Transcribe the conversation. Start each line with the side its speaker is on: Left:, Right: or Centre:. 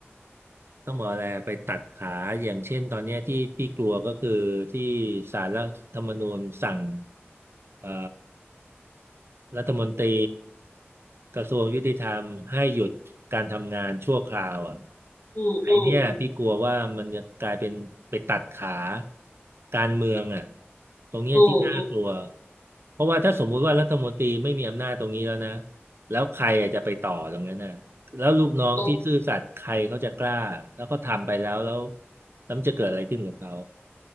Right: ต้องบอกอะไรไปตัดขาอย่างเช่นตอนเนี้ยที่พี่กลัวก็คือที่ศาลรัฐธรรมนูญสั่งเอ่อรัฐมนตรีกระทรวงยุติธรรมให้หยุดการทำงานชั่วคราวอ่ะ
Left: อืมอืมอืม
Right: ไอเนี่ยพี่กลัวว่ามันจะกลายเป็นไปตัดขาการเมืองอ่ะตรงเนี้ยที่น่ากลัว
Left: อืมอื
Right: เพราะว่าถ้าสมมุติว่ารัฐมนตรีไม่มีอำนาจตรงนี้แล้วนะแล้วใครอะจะไปต่อตรงนั้นน่ะ แล้วลูกน้องที่ซื่อสัตย์ใครเขาจะกล้าแล้วก็ทำไปแล้วแล้ว
Left: ม
Right: แล้วมันจะเกิดอะไรขึ้นกับเขา